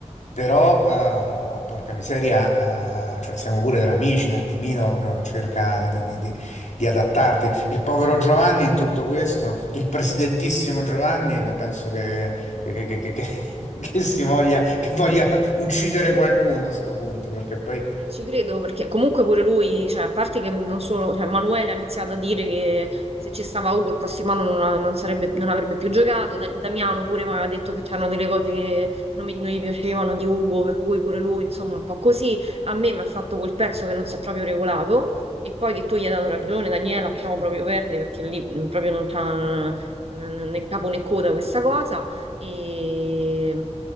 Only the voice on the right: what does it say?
Ci credo perché comunque pure lui, cioè, a parte che non solo, cioè, Manuele ha iniziato a dire che se ci stava Ugo il prossimo anno non, ha- non sarebbe- non avrebbe più giocato, Da- Damiano pure mi aveva detto che c'erano delle cose che non, mi- non gli piacevano di Ugo, per cui pure lui, insomma, un po' così. A me mi ha fatto quel pezzo che non si è proprio regolato e poi che tu gli hai dato ragione, Daniela, lasciamo proprio perdere perché lì mm, proprio non c'ha mm, né capo né coda questa cosa. E,